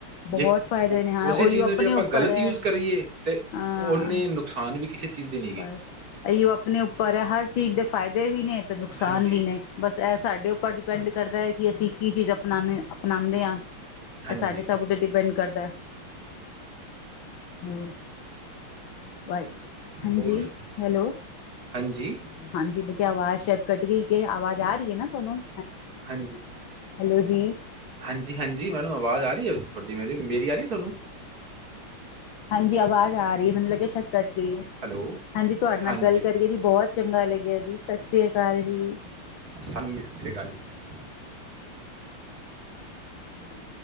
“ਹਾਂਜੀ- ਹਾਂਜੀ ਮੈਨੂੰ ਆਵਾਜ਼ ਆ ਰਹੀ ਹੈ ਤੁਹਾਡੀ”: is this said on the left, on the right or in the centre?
Right